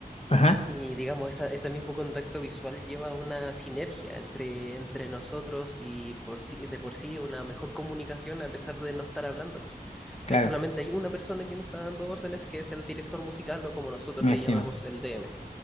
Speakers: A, on the left; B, in the centre.
A: Ajá,
B: y digamos, esa- ese mismo contacto visual lleva a una sinergia entre, entre nosotros y por sí, de por sí una mejor comunicación a pesar de no estar hablándonos.
A: claro,
B: Ahí solamente hay una persona que nos está dando órdenes, que es el director musical o como nosotros
A: me
B: le
A: imagino.
B: llamamos el DM